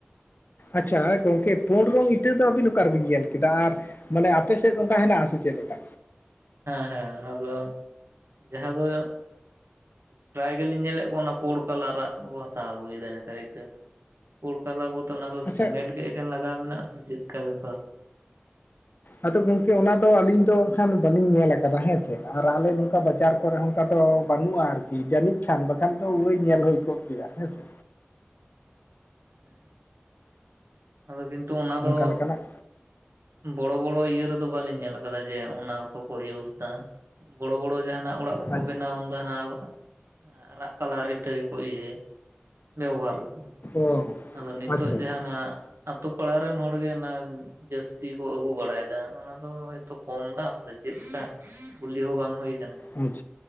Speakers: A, on the left; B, on the right.
A: ᱟᱪᱷᱟ ᱜᱚᱝᱠᱮ ᱯᱳᱸᱲ ᱨᱚᱝ ᱤᱛᱟᱹ ᱫᱚ ᱟᱹᱵᱤᱱ ᱚᱠᱟ ᱨᱮᱵᱤᱱ ᱧᱮᱞ ᱠᱮᱫᱟ ᱟᱨ, ᱢᱟᱱᱮ ᱟᱯᱮ ᱥᱮᱫ ᱚᱱᱠᱟ ᱦᱮᱱᱟᱜ ᱟᱥᱮ ᱪᱮᱫ ᱞᱮᱠᱟ?
B: ᱦᱮᱸ ᱦᱮᱸ ᱚᱱᱟ ᱫᱚ ᱡᱟᱦᱟᱸ ᱫᱚ, ᱯᱨᱟᱭ ᱜᱮᱞᱤᱧ ᱧᱮᱞᱮᱫ ᱠᱚᱣᱟ ᱚᱱᱟ ᱯᱳᱸᱲ ᱠᱟᱞᱟᱨᱟᱜ ᱠᱚ ᱦᱟᱛᱟᱣ ᱟᱹᱜᱩᱭᱮᱫᱟ ᱱᱮᱛᱟᱨ ᱤᱴᱟᱹ᱾ ᱯᱳᱸᱲ ᱠᱟᱞᱟ ᱵᱚᱞᱛᱮ ᱚᱱᱟ ᱫᱚ
A: ᱟᱪᱪᱷᱟ
B: ᱥᱤᱢᱮᱱᱴ ᱜᱮ ᱮᱠᱮᱱ ᱞᱟᱜᱟᱣ ᱢᱮᱱᱟᱜᱼᱟ ᱪᱮᱫᱠᱟ ᱵᱮᱯᱟᱨ?
A: ᱟᱫᱚ ᱜᱚᱝᱠᱮ ᱚᱱᱟ ᱫᱚ ᱟᱹᱞᱤᱧ ᱫᱚ ᱮᱠᱷᱟᱱ ᱵᱟᱹᱞᱤᱧ ᱧᱮᱞ ᱠᱟᱫᱟ ᱦᱮᱸᱥᱮ ᱟᱨ ᱟᱞᱮ ᱱᱚᱝᱠᱟ ᱞᱟᱪᱟᱨ ᱠᱚᱨᱮ ᱚᱱᱠᱟ ᱫᱚ ᱵᱟᱹᱱᱩᱜᱼᱟ ᱟᱨᱠᱤ ᱡᱟᱹᱱᱤᱡ ᱠᱷᱟᱱ ᱵᱟᱠᱷᱟᱱ ᱫᱚ ᱳᱭ ᱧᱮᱞ ᱦᱩᱭ ᱠᱚᱜ ᱜᱮᱭᱟ ᱦᱮᱸ ᱥᱮ?
B: ᱦᱮ, ᱟᱫᱚ ᱠᱤᱱᱛᱩ ᱚᱱᱟ ᱫᱚ
A: ᱚᱱᱠᱟ ᱞᱮᱠᱟᱱᱟᱜ
B: ᱵᱚᱲᱚ ᱵᱚᱲᱚ ᱤᱭᱟᱹ ᱨᱮᱫᱚ ᱵᱟᱹᱞᱤᱧ ᱧᱮᱞ ᱠᱟᱫᱟ ᱡᱮ, ᱚᱱᱟ ᱠᱚᱠᱚ ᱤᱭᱩᱥ ᱮᱫᱟ ᱵᱚᱲᱚ ᱵᱚᱲᱚ ᱡᱟᱦᱟᱱᱟᱜ ᱚᱲᱟᱜ ᱠᱚᱠᱚ
A: ᱟᱪᱪᱷᱟ
B: ᱵᱮᱱᱟᱣᱟ ᱩᱱ ᱫᱚ ᱦᱟᱱᱮ, ᱟᱨᱟᱜ ᱠᱟᱞᱟᱨ ᱤᱴᱟᱹ᱾ ᱠᱚ ᱤᱭᱟᱹᱭᱟ ᱵᱮᱵᱚᱦᱟᱨ ᱫᱟᱠᱚ
A: ᱚ
B: ᱟᱫᱚ ᱱᱤᱛᱚᱜ
A: ᱟᱪᱪᱷᱟ
B: ᱡᱟᱦᱟ
A: ᱟᱪᱪᱷᱟ
B: ᱱᱚᱭᱟ, ᱟᱛᱳ ᱯᱟᱲᱟ ᱨᱮᱱ ᱦᱚᱲ ᱜᱮ ᱚᱱᱟ ᱡᱟᱹᱥ ᱛᱤ ᱠᱚ ᱟᱹᱜᱩ ᱵᱟᱲᱟᱭᱮᱫᱟ ᱚᱱᱟ ᱫᱚ ᱦᱚᱭᱛᱚ ᱠᱚᱢ ᱫᱟᱢ ᱥᱮ ᱪᱮᱫ ᱞᱮᱠᱟ ᱠᱩᱞᱤ ᱦᱚᱸ ᱵᱟᱝ ᱦᱩᱭ ᱠᱟᱱᱟ?
A: ᱵᱩᱪ